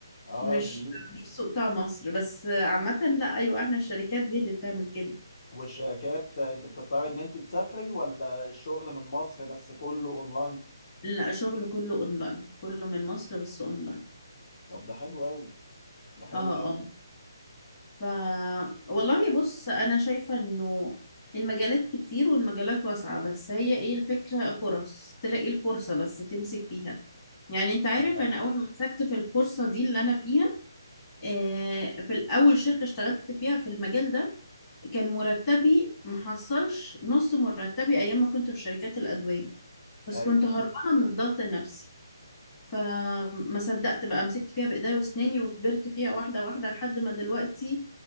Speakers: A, on the left; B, on the left.
A: اه
B: مش
A: جميل
B: مش السوق بتاع مصر بس آه، عامة لا ايوه احنا الشركات دي اللي بتعمل كده
A: والشركات آه، انت بتضطري ان انت تسافري ولا الشغل من مصر بس كله اونلاين
B: لا شغل كله اونلاين كله من مصر بس اونلاين
A: طب ده حلو قوي ده حلو
B: اه
A: قوي
B: اه ف والله بص انا شايفة انه المجالات كتير والمجالات واسعة بس هي ايه الفكرة فرص تلاقي الفرصة بس تمسك فيها يعني انت عارف
A: ده حقيقي
B: انا اول ما مسكت في الفرصة دي اللي انا فيها آه، في الاول شركة اشتغلت فيها في المجال ده كان مرتبي محصلش نص مرتبي ايام ما كنت في شركات الادوية بس
A: ايوه
B: كنت هربانة
A: فاهم
B: من الضغط النفسي فما صدقت بقى مسكت فيها بايديا واسناني وكبرت فيها واحده واحده لحد ما دلوقتي